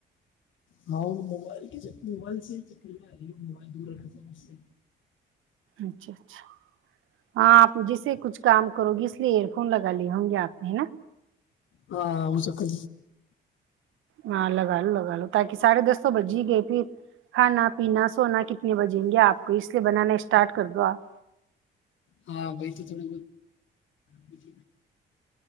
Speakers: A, on the left; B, on the right.
A: ہاں موائل کی ج موبائل سے چکری میں آ رہی ہے موبائل دور رکھا تھا سے
B: اچھا اچھا ہاں آپ جسے کچھ کام کرو گی اس لیے ایئر فون لگا لیے ہوں گے آپ نے ہے نا
A: ہاں وہ سکر
B: ہاں لگا لو لگا لو تاکہ ساڑھے دس تو بج ہی گئے پھر کھانا پینا سونا کتنے بجیں گے آپ کو اس لیے بنانا اسٹارٹ کر دو آپ
A: ہاں بائی تو تھڑا بت